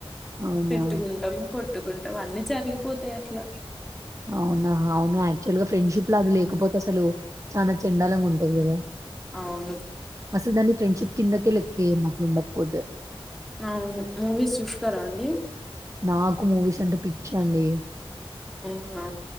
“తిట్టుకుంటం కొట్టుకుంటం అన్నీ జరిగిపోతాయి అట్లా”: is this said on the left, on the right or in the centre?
Centre